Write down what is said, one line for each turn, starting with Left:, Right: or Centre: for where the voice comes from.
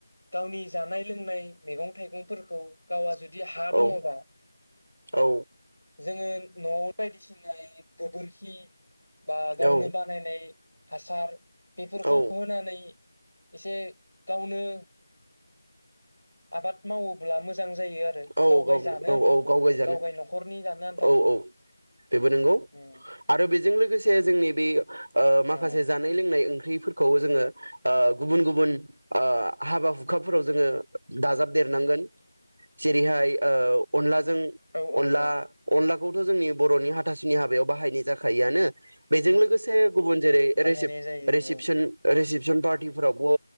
Left: गावनि जानाय लोंनाय मैगं थाइगंफोरखौ गावा जुदि बिदि हा
Right: औ
Left: दङबा
Right: औ
Left: जोंङो नआव बायदिसिना गोबोरखि बा गावनो
Right: औ
Left: बानायनाय हासार बेफोरखौ
Right: औ
Left: होनानै एसे गावनो आबाद मावोब्ला मोजां जायो आरो
Right: औ
Left: गावगाय
Right: गावनो
Left: जानो
Right: औ
Left: आन्थाखौ
Right: औ गावगायजानो
Left: गावगाय न'खरनि जानो आन्थाखौ
Right: औ औ बेबो नंगौ
Left: उम
Right: आरो बेजों लोगो से जोंनि बे ओ माखासे
Left: औ
Right: जानाय लोंनाय ओं ओंख्रिफोरखौबो जोंङो ओ गुबुन गुबुन ओ हाबा हुखाफोराव जोंङो दाजाबदेरनांगोन जेरैहाय ओ अनला जों
Left: औ औ
Right: अनला-अनला
Left: औ
Right: खौथ जोंनि बरनि हाथासुनि हाबायाव बाहायनाय जाखायोआनो बेजों लोगोसे गुबुन जेरै
Left: बाहायनाय
Right: रिसिफ-रिसिफसन-रिसिफ
Left: जायो औ
Right: जन पार्टिफोरावबो